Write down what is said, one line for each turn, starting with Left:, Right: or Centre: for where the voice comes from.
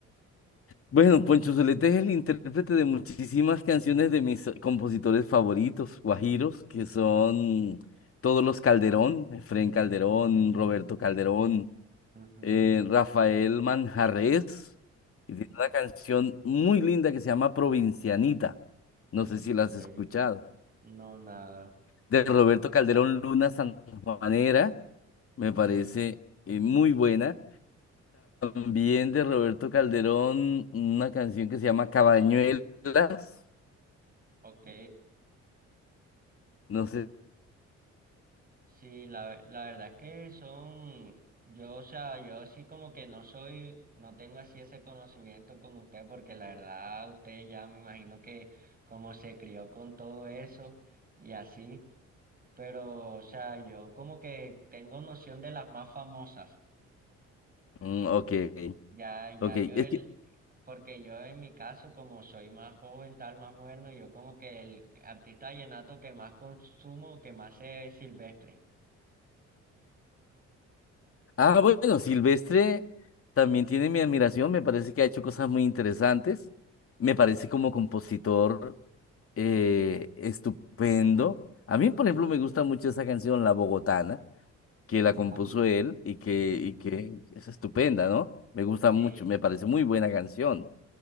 Left: Bueno, Poncho Zuleta es el intérprete de muchísimas canciones de mis compositores favoritos, guajiros, que son todos los Calderón, Efrén Calderón, Roberto Calderón,
Right: Ujú,
Left: eh, Rafael Manjarrés, y tiene una canción muy linda que se llama Provincianita, no sé si
Right: Ok,
Left: la has escuchado,
Right: no nada.
Left: de Roberto Calderón Luna Sanjuanera, me parece eh, muy buena, también de Roberto Calderón, una canción que se llama Cabañuelas.
Right: Ok,
Left: No sé.
Right: sí, la, la verdad es que son, yo, o sea, yo así como que no soy, no tengo así ese conocimiento como usted, porque la verdad usted ya me imagino que como se crió con todo eso y así, pero, o sea, yo como que tengo noción de las más famosas.
Left: Mm, ok,
Right: Ya, ya
Left: ok.
Right: yo
Left: Es
Right: el,
Left: que,
Right: porque yo en mi caso, como soy más joven, tal, más moderno, yo como que el artista vallenato que más consumo, que más sé es Silvestre.
Left: ah, bueno, Silvestre también tiene mi admiración. Me parece que ha hecho cosas muy interesantes. Me parece como compositor eh, estupendo. A mí, por ejemplo, me gusta mucho esa canción, La Bogotana, que la compuso
Right: Claro.
Left: él y que, y que es estupenda, ¿no? Me gusta
Right: Sí,
Left: mucho, me parece muy buena canción.